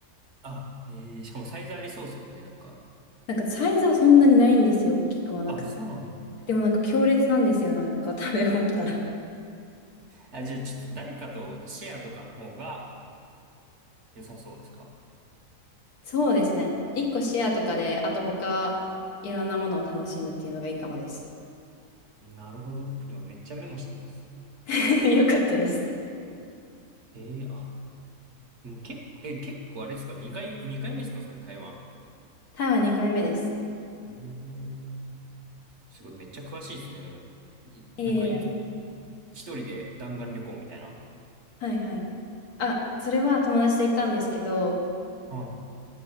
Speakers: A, on the right; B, on the left.
A: あ、へえ、しかもサイズありそうですもんね、なんか。
B: なんか、サイズはそんなにないんですよ。大きくはなくて。
A: あ、そうなんだ。
B: でもなんか強烈なんですよ、なんか食べ終わったら。
A: あ、じゃあちょっと誰かとシェアとかの方が良さそうですか
B: そうですね。一個シェアとかで、あと他、いろんなものを楽しむっていうのがいいかもです。
A: なるほど。今めっちゃメモしてます。
B: <laughs> よかったです。
A: ええ、あ、でも結構、え、結構あれですか ?2 回、二回目ですかそれ台湾。
B: 台湾2回目です。
A: えーすごい、めっちゃ詳しいですね、もう。い、
B: いえいえ、
A: なんか、いつも、一人で弾丸旅行みたいな。
B: はいはい。あ、それは友達と行ったんですけど、
A: はい